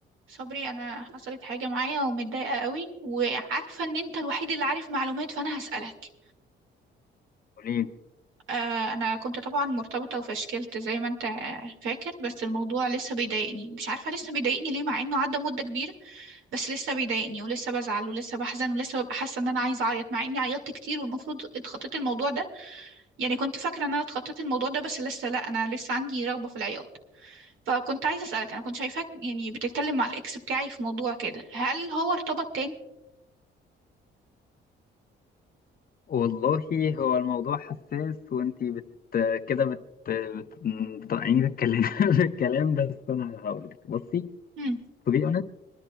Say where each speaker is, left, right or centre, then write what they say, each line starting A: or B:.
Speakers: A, on the right; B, on the left.
A: صبري انا حصلت حاجه معايا ومتضايقه قوي وعارفه ان انت الوحيد اللي عارف معلومات فانا هسالك
B: قوليلي
A: آه انا كنت طبعا مرتبطه وفشكلت زي ما انت فاكر بس الموضوع لسه بيضايقني مش عارفه لسه بيضايقني ليه مع انه عدى مده كبيره بس لسه بيضايقني ولسه بزعل ولسه بحزن ولسه ببقى حاسه ان انا عايزه اعيط مع اني عيطت كتير والمفروض اتخطيت الموضوع ده يعني كنت فاكره ان انا اتخطيت الموضوع ده بس لسه لا انا لسه عندي رغبه في العياط فكنت عايزه اسالك انا كنت شايفاك يعني بتتكلم مع الاكس بتاعي في موضوع كده هل هو ارتبط تاني
B: والله هو الموضوع حساس وانتي بت كده بت بت- بتقطعيني بالكلام <laughs> بالكلام بس انا هقولك بصي
A: مم.
B: to be honest